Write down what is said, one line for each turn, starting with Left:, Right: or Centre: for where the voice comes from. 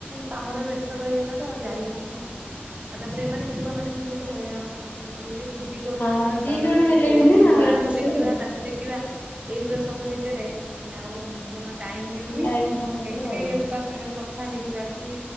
Right: କାମରେ ବ୍ୟସ୍ତ ରହିଗଲାଠୁ ଆଉ ଯାଇ ହଉନି ଆଉ। ଆଉ ତାପରେ ଏମାନେ ଛୁଆ ମାନେ ବି ବହୁତ ହଇରାଣ କରୁଛ। ସିଧି କରୁଛନ୍ତି
Left: ହଁ ଦି
Right: କ
Left: ଜଣ
Right: ଖାଲି
Left: ହେଲେଣି
Right: ଫୋନ
Left: ନା
Right: ଦେଖିବା
Left: ହଇରାଣ
Right: ଆକୁ
Left: କରୁଥିବେ
Right: ଦେଖିବା।
Left: ଆଉ
Right: ତାକୁ ଦେଖିବା ଏଇଗଡା ସବୁ ଭିତରେ ଆଉ। ଟାଇମ୍ ମିଳୁନି
Left: ଟାଇମ୍ ହଉନଥିବ
Right: <unintelligible>
Left: ଆଉ।
Right: କ ସାଙ୍ଗରେ କଥା ହେଇଯିବା କି